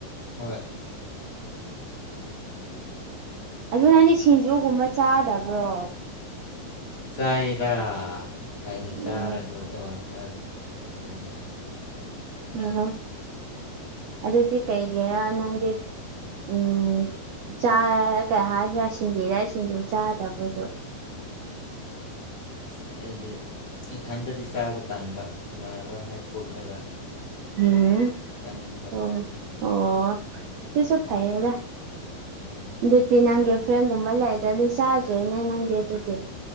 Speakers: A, on the left; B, on the right.
A: ꯍꯣꯏ
B: ꯑꯗꯨ ꯅꯪꯗꯤ ꯁꯤꯡꯖꯨꯒꯨꯝꯕ ꯆꯥꯗꯕ꯭ꯔꯣ?
A: ꯆꯥꯏꯌꯦꯗ ꯀꯒꯤ
B: ꯎꯝ
A: ꯆꯥꯔꯣꯏꯗꯣꯏꯅꯣꯅꯦ꯫
B: ꯑꯣ ꯑꯗꯨꯗꯤ ꯀꯩꯒꯤꯔꯥ ꯅꯪꯗꯤ ꯎꯝ ꯆꯥ ꯀꯩ ꯍꯥꯏꯁꯤꯔ ꯁꯤꯡꯗꯦꯗ ꯁꯤꯡꯗꯨ ꯆꯥꯗꯕꯗꯣ
A: ꯑꯁ ꯑꯩꯗꯤ ꯏꯊꯟꯗꯗꯤ ꯆꯥꯕ ꯇꯥꯟꯕ ꯏꯃꯥꯟꯅꯕꯈ ꯄꯨꯜꯂꯒ
B: ꯎꯝ
A: ꯆꯥꯅꯤꯡꯕ
B: ꯑꯣ ꯑꯣ ꯄꯤꯁꯨ ꯐꯥꯏꯑꯦꯗ
A: ꯎꯝ
B: ꯑꯗꯨꯗꯤ ꯅꯪꯒꯤ ꯐ꯭ꯔꯦꯟꯒꯨꯝꯕ ꯂꯩꯗ꯭ꯔꯗꯤ ꯆꯥꯗ꯭ꯔꯦꯅꯦ ꯅꯪꯗꯤ ꯑꯗꯨꯗꯤ